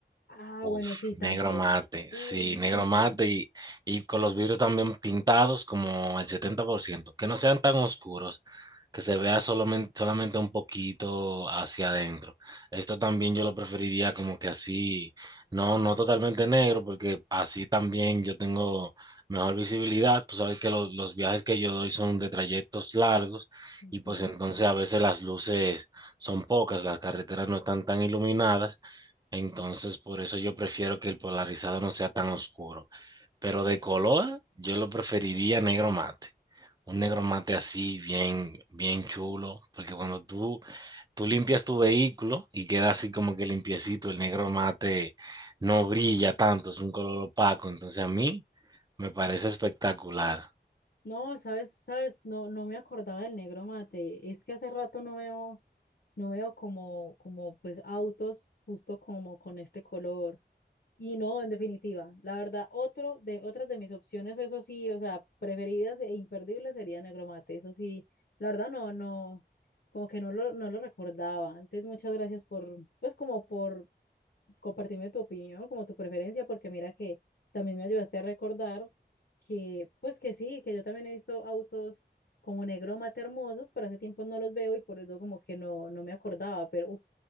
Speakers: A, on the left; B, on the right.
A: Ah,
B: Uf,
A: bueno, sí, también.
B: negro mate,
A: Uy,
B: sí, negro
A: sí, sí.
B: mate y, y con los vidrios también pintados como al 70%, que no sean tan oscuros, que se vea solamente, solamente un poquito hacia adentro. Esto también yo lo preferiría como que así, no, no totalmente negro, porque así también yo tengo mejor visibilidad. Tú sabes que lo- los viajes que yo doy son de trayectos largos
A: Ujú.
B: y pues entonces a veces las luces son pocas, las carreteras no están tan iluminadas. Entonces, por eso yo prefiero que el polarizado no sea tan oscuro. Pero de color, yo lo preferiría negro mate. Un negro mate así, bien, bien chulo. Porque cuando tú,
A: U-
B: tú limpias tu vehículo y queda así como que limpiecito, el negro mate no brilla tanto, es un color opaco. Entonces, a mí me parece espectacular.
A: No, sabes, sabes, no, no me acordaba del negro mate. Es que hace rato no veo, no veo como, como pues autos justo como con este color. Y no, en definitiva, la verdad, otro de, otras de mis opciones, eso sí, o sea, preferidas e imperdibles sería negro mate. Eso sí, la verdad no, no, como que no lo, no lo recordaba. Antes, muchas gracias por, pues como por compartirme tu opinión, como tu preferencia, porque mira que también me ayudaste a recordar que, pues que sí, que yo también he visto autos como negro mate hermosos, pero hace tiempo no los veo y por eso como que no, no me acordaba, pero uf,